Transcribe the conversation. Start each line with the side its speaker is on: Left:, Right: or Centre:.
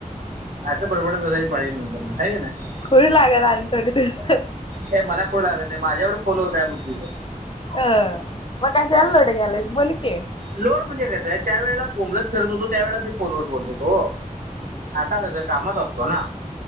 Right: असं बडबड बसायची पाळी, येईल नंतर हाई कणी नाही,
Left: खुळ लागल आणि थोडे दिवसात
Right: हे मला खुळ लागत नाही, माझ्या एवढं फोनवर काय बोल शील तू,
Left: अ मग कशला, लोड घ्यायलास बोलली की,
Right: लोड म्हणजे कसं आहे, त्यावेळेला <unintelligible> फिरत होतो त्या वेळ मी, फोनवर बोलत होतो. आता कसं कामात असतो ना,